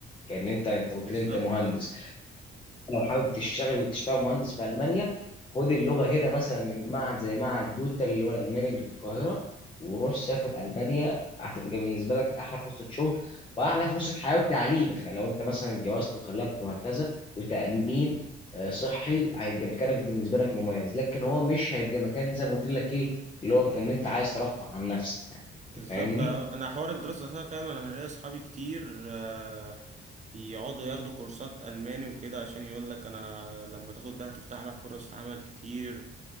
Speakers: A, on the left (about 25°); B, on the right (about 35°).
A: كان انت انت قلت
B: بالظبط
A: لي انت مهندس
B: اه
A: لو حابب تشتغل تشتغل مهندس في المانيا خد اللغه هنا مثلا من معهد زي معهد دوتا اللي هو الالماني اللي في القاهره وروح سافر المانيا هتبقى بالنسبه لك احلى فرصه شغل واحلى فرصه حياه وتعليم خ- لو انت مثلا اتجوزت وخلفت وهكذا وتامين آه، صحي هيبقى مكانك بالنسبه لك مميز لكن هو مش هيبقى مكان زي ما قلت لك ايه اللي هو كان انت عايز ترفع عن نفسك يعني
B: بالظبط
A: انت فاهمني؟
B: اه أنا حوار الدراسة ده فعلا أنا ليا أصحابي كتير آه، بيقعدوا ياخدوا كورسات ألماني وكده عشان يقول لك أنا لما تاخد ده هتفتح لك فرص عمل كتير